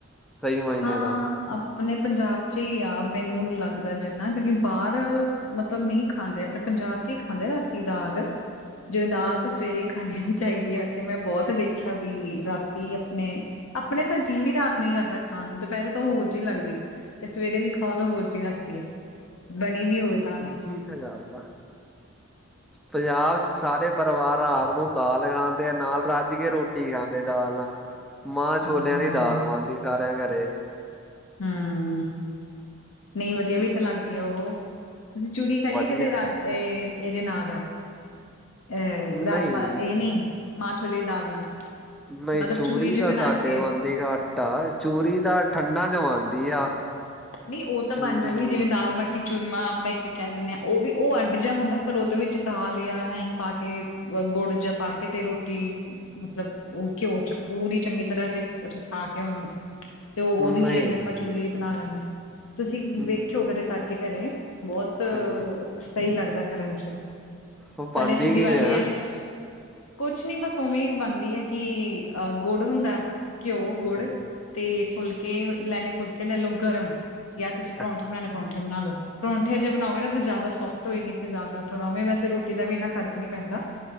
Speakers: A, in the centre; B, on the left.
A: ਸਹੀ ਮਹੀਨੇ
B: ਹਾਂ
A: ਦਾ
B: ਆਪਣੇ ਪੰਜਾਬ 'ਚ ਹੀ ਆ ਮੈਨੂੰ ਲਗਦਾ ਜਿਨਾ ਕਿਉਕਿ ਬਾਹਰ ਮਤਲਬ ਨਹੀ ਖਾਂਦੇ ਆਪਣੇ ਪੰਜਾਬ 'ਚ ਹੀ ਖਾਂਦੇ ਰਾਤੀ ਦਾਲ। ਜਿਵੇ ਦਾਲ ਤਾਂ ਸਵੇਰੇ ਖਾਣੀ ਨੀ ਚਾਹੀਦੀ ਹੈ ਤੇ ਮੈਂ ਬਹੁਤ ਦੇਖਿਆ ਵੀ ਰਾਤੀ ਆਪਣੇ ਆਪਣੇ ਤਾਂ ਜੀਅ ਵੀ ਰਾਤ ਨੂੰ ਹੀ ਕਰਦਾ ਖਾਣ ਨੂੰ। ਦੁਪਹਿਰੇ ਤਾਂ ਉਹ ਹੋਰ ਜਿਹੀ ਲਗਦੀ ਹੈ ਤੇ ਸਵੇਰੇ ਵੀ ਖਾਓ ਤਾਂ ਹੋਰ ਜਿਹੀ ਲਗਦੀ ਹੈ ਬਣੀ ਵੀ ਹੋਵੇ। ਤਾਂ ਵੀ
A: ਉਹੀ ਤਾਂ ਗੱਲ ਆ। ਪੰਜਾਬ 'ਚ ਸਾਰੇ ਪਰਿਵਾਰ ਰਾਤ ਨੂੰ ਦਾਲ ਖਾਂਦੇ ਆ ਨਾਲ ਰੱਜ ਕੇ ਰੋਟੀ ਖਾਂਦੇ ਦਾਲ ਨਾਲ। ਮਾਂਹ ਛੋਲਿਆਂ
B: ਹਾਂ
A: ਦੀ ਦਾਲ ਬਣਦੀ ਸਾਰਿਆਂ ਘਰੇ।
B: ਹੂੰ, ਨਹੀ ਵਧੀਆ ਵੀ ਤਾਂ ਲਗਦੀ ਆ ਉਹ। ਤੁਸੀ ਚੂਰੀ ਖਾਈ
A: ਵਧੀਆ
B: ਆ ਕਦੇ ਰਾਤ ਇਹਦੇ ਨਾਲ ਅਹ
A: ਨਹੀਂ
B: ਰਾਜਮਾਂ ਇਹ ਨਹੀ ਮਾਂ ਛੋਲੇ ਦੀ ਦਾਲ ਨਾਲ?
A: ਨਹੀ
B: ਮਤਲਬ
A: ਚੂਰੀ
B: ਜੇ
A: ਤਾਂ
B: ਬਣਾ
A: ਸਾਡੇ
B: ਕੇ
A: ਬਣਦੀ ਘੱਟ ਆ ਚੂਰੀ ਤਾਂ ਠੰਡਾ ਚ ਬਣਦੀ ਆ।
B: ਨਹੀ ਉਹ ਤਾਂ
A: ਚੂਰੀ
B: ਬਣ ਜਾਦੀ
A: ਹੋ
B: ਜਿਵੇ ਦਾਲ ਮ ਮਾਟੀ ਚੂਰਮਾ ਆਪਾਂ ਇਕ ਕਹਿ ਦਿਦੇ ਹਾਂ ਉਹ ਵੀ ਉਹ ਅੱਡ ਜਾ ਹੁੰਦਾ ਪਰ ਉਹਦੇ ਵਿਚ ਦਾਲ ਜਾਂ ਆਏ ਪਾ ਕੇ ਗੁੜ ਜਾ ਪਾਕੇ ਤੇ ਰੋਟੀ ਮਤਲਬ ਉਹ ਘਿਓ 'ਚ ਪੂਰੀ ਚੰਗੀ ਤਰ੍ਹਾ ਰਸਾ ਕੇ ਉਹਨੂੰ ਤੇ ਉਹਦੀ
A: ਨਹੀਂ
B: ਜਿਹੜੀ ਆਪਾਂ
A: ਨਹੀਂ
B: ਚੂਰੀ ਬਣਾ ਲੈਦੇ ਹਾਂ ਤੁਸੀ
A: ਹੂੰ
B: ਵੇਖਿਓ ਕਦੇ ਕਰਕੇ ਕਰੇ ਬਹੁਤ
A: ਹਾਂਜੀ
B: ਸਹੀ ਲਗਦਾ ਕਰਨ 'ਚ
A: ਉਹ ਬਣਦੀ
B: ਸਾਡੇ ਇਥੇ ਦੀਵਾਲੀ
A: ਕਿਵੇਂ ਆ
B: ਵਾਲੇ ਕੁਛ ਨੀ ਬਸ ਉਵੇ ਬਣਦੀ ਹੈ। ਕਿ ਅਹ ਗੁੜ ਹੁੰਦਾ ਘਿਓ ਗੁੜ
A: ਹਾਂਜੀ
B: ਤੇ ਫੁਲਕੇ ਲੈਣੇ ਫੁਲਕੇ ਲੈ ਲੋ ਗਰਮ ਜਾਂ ਤੁਸੀ ਪਰੋਠੇ
A: ਅੱਛਾ
B: ਬਣਾਉਣੇ ਪਰੋਠੇ ਬਣਾ ਲ ਲੋ ਪਰੋਠੇ ਜੇ ਬਣਾਓਗੇ ਨਾ ਤਾਂ ਜ਼ਿਆਦਾ ਸੋਫਟ ਹੋਏਗੀ ਤੇਆਦਾ ਥੋੜ੍ਹਾਵੇ ਵੈਸੇ ਰੋਟੀ ਦਾ ਵੀ ਇਨਾ ਫਰਕ ਨਹੀ ਪੈਦਾ